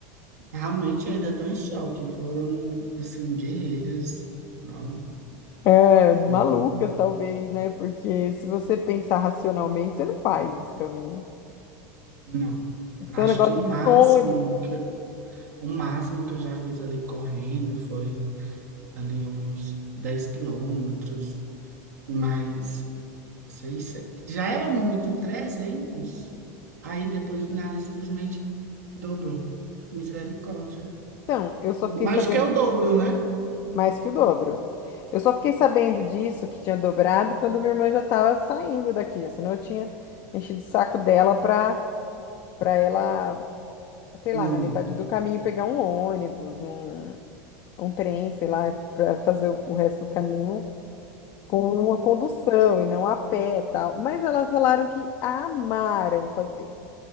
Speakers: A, on the right; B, on the left.
A: realmente eu ainda tô em choque. Foram, assim, guerreiras. Ó,
B: É, malucas,
A: muito bom.
B: talvez, né? Porque se você pensar racionalmente, você não faz esse caminho.
A: Não,
B: Isso
A: acho
B: é um negócio
A: que o máximo
B: de sonho.
A: que, o máximo que eu já fiz ali correndo foi ali uns 10 quilômetros, mas Seis, sete. Já era muito, trezentos Aí depois do nada simplesmente dobrou. Misericórdia.
B: Então, eu só
A: Mais
B: fiquei sabendo
A: que é o
B: disso
A: dobro, né?
B: mais que o dobro. Eu só fiquei sabendo disso, que tinha dobrado, quando minha irmã já estava saindo daqui. Senão eu tinha enchido o saco dela para para ela, sei
A: Não
B: lá, na metade
A: ir.
B: do caminho pegar um ônibus, um, um trem, sei lá, para fazer o o resto do caminho com uma condução e não a pé, tal. Mas elas falaram que amaram fazer.